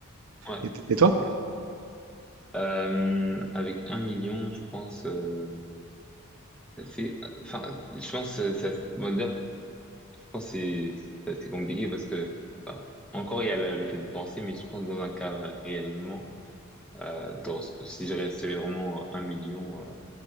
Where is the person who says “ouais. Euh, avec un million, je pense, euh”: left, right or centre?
Centre